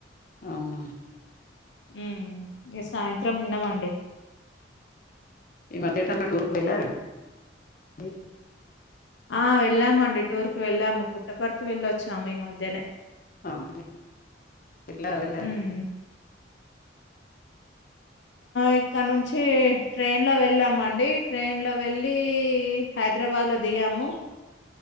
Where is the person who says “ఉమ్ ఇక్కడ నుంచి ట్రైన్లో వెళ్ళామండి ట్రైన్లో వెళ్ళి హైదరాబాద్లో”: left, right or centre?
Left